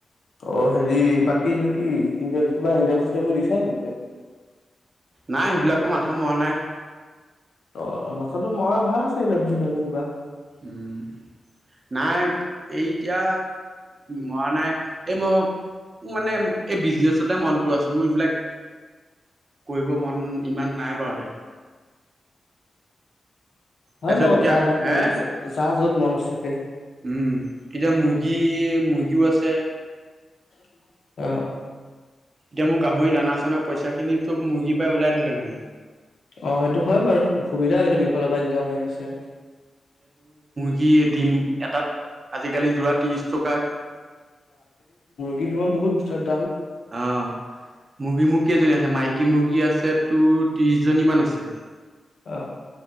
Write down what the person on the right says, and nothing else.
নাই সেইবিলাকো মাথা মৰা নাই।
উম, নাই এই এতিয়া মৰা নাই। এই মই মোৰ মানে এই বিজনেছতে মনটো আছে মোৰ এইবিলাক কৰিব মন ইমান নাই বাৰুতে।
তাৰপিছত
এতিয়া
হে,
উম এতিয়া মুৰ্গী মুৰ্গীও আছে।
এতিয়া মোৰ গাহৰি দানা চানা পইচা খিনি চব মুৰ্গী পাই ওলাই থাকে মানে।
কি দিম এটাত আজিকালি যোৰা ত্ৰিশ টকা।
অ মুগী মু কেইজনী আছে মাইকী। কী মুৰ্গী আছে তোৰ ত্ৰিছজনীমান আছে?